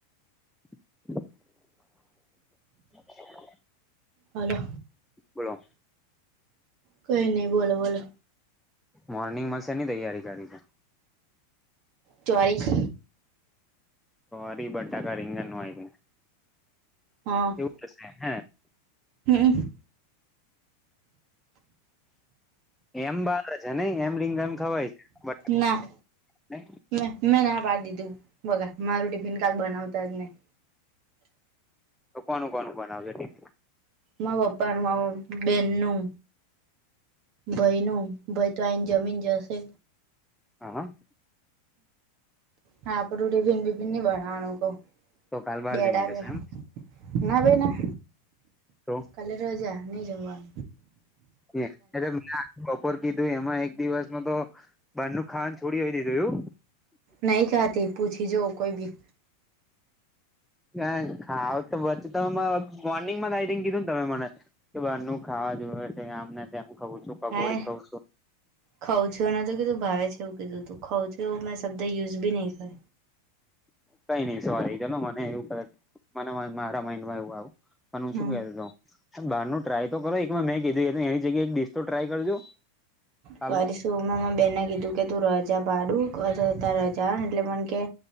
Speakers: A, in the centre; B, on the right.
A: મોક્ષ બી ના મલે.
B: આલો.
A: બોલો.
B: કઈ નઈ બોલો બોલો.
A: મોર્નિંગમાંશેની તૈયારી કરી છે.
B: ચોરીશ.
A: સરી બટા કરંગ નઈક
B: હા.
A: એવ છે હ
B: હમ.
A: એમ બાાર છે નઈ એમ રિંગન ખવાય છે બ
B: ના
A: એ
B: મે મેં ના પાડી દીધું બગા મારું ટિફિન કાલ બનાવતા જ નહી.
A: તો કોનું કોનું બનાવજ ટી
B: મા પપ્પા ન મા બેન નું. ભાઈ ન ભાઈ તો આને જમીન જશે.
A: હા હ.
B: હા પણ રૂટી ભિન બ ભિન નહી બનાવાનું કહો.
A: તો કાલ બાર
B: ડેડા
A: જમી લેશે
B: બે
A: એમ
B: ના બેના
A: તો
B: હાલે રજા ન જાવ આ.
A: એ એ બપોર કીધું એમાં એક દિવસમાં તો બાર નું ખાન છોડી હોય દીધું એવુ
B: નહી કાતી પૂછી જો કોઈ ભી
A: ક ખાવ તો પછી તમે મોર્નિંગ માં ઇટિંગ કીધું ને તમે મને કે બાર નું ખાવા જોવે છે કે આમ ને તેમ કવું છું. પકોડી
B: હાય
A: ખઉં છું
B: ખઉં છુંને તો કીધું ભાવે છે એવું કીધું તું ખઉં છું એવું મેં શબ્દ યુઝ બી નહીં કરે.
A: કઈ નહી સોરી ચલો મને એવું મને મારા માઈન્ડમાં એવું આવું. પણ હું
B: હમ
A: શું કેતો હતો બહાર ન ટ્રાય તો કરો એકમાં મેં કીધું હત એની જગ્યાએ એક ડિશ તો ટ્રાય કરજો. કાલે
B: કરી શું મેંં બેને કીધું કે તું રજા પાડુ અથ ત રજા એટલે મને કે